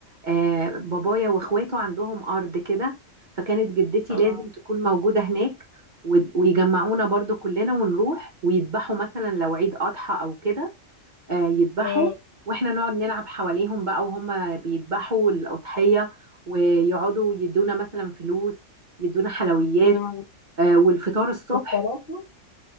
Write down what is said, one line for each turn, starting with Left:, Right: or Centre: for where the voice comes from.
Right: آه بابايا واخواته عندهم ارض كده فكانت جدتي
Left: طبعا
Right: لازم تكون موجوده هناك و- ويجمعونا برضو كلنا ونروح ويذبحوا مثلا لو عيد اضحى او كده آه، يذبحوا
Left: آه،
Right: واحنا نقعد نلعب حواليهم بقى وهم بيذبحوا الأضحية ويقعدوا يدونا مثلا فلوس يدونا حلويات
Left: آه،
Right: آه، والفطار الصبح
Left: الصراحة